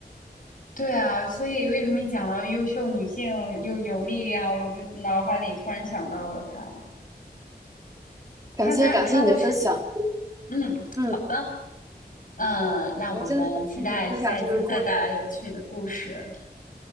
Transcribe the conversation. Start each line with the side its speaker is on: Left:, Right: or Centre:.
Left: 对啊，所以为什么一讲到优秀女性又有力量，我就脑海里突然想到了她，她，
Right: 感谢感谢你的分享，
Left: 但是她的是，嗯，
Right: 嗯，
Left: 好的，嗯，那我们期待下一次再带来有趣的故事。
Right: 我真的感谢你分享这个故事。